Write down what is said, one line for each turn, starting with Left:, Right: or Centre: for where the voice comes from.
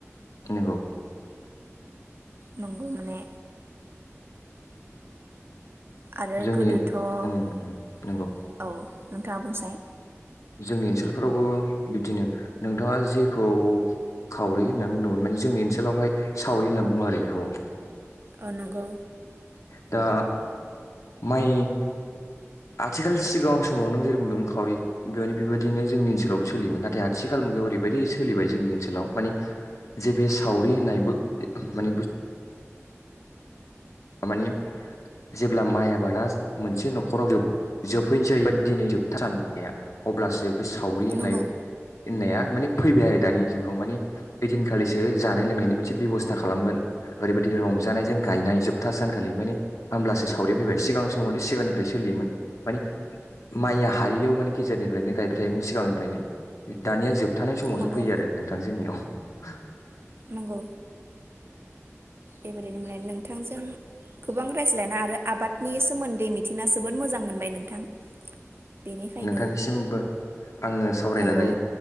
Left: नोंगौ।
Right: नंगौ माने आरो
Left: जोंनि
Right: गोदोथ' औ
Left: उम उम नंगौ
Right: नोंथाङा बुंसाय।
Left: जोंनि ओनसोलफोरावबो बिदिनो नोंथाङा जेखौ खावरि होननानै बुंदोंमोन माने जोंनि ओनसोलावहाय सावरि होननानै बुङो आरो इखौ।
Right: अ नंगौ।
Left: दा माइ आथिखाल सिगां समाव नों जेरै बुंदों खावरि बेयावनो बेबायदिनो जोंनि ओनसोलावबो सोलियोमोन नाथाय आथिखाल मुगायाव ओरैबायदि सोलिबाय जोंनि ओनसोलाव मानि जे बे सावरि होननायबो माने बु मानि जेब्ला माइ आबादा मोनसे नखराव जोब-जोबहैनोसै दिनै जोबथारा नाया अब्लासो बे-बे सावरि होननाय-होननाया
Right: नंगौ
Left: माने फैबाय आरो दानि जुगाव मानि ओइदिनखालिसो जानाय लोंनायनि मोनसे बेबस्था खालामगोन ओरैबायदि रंजानायजों गायनाय जोब- था सानखालि माने होमब्लासो सावरिया फैबाय सिगां समावले सिगांनिफ्राय सोलियोमोन माने माइया हायैयाव मानि गेजेरनिफ्रायनो गायबाय थायोमोन सिगांनिफ्रायनो दानिया जोब- थानाय समावसो
Right: नंगौ
Left: फैयो आरो नोंथां जोंनियाव <inaudible>
Right: नंगौ बेबायदिनो माने नोंथांजों गोबां रायज्लायना आरो आबादनि सोमोन्दै मिथिना जोबोद मोजां मोनबाय नोंथां बेनिखायनो
Left: नोंथांनिसिमबो आङो सावरायनानै
Right: नंगौ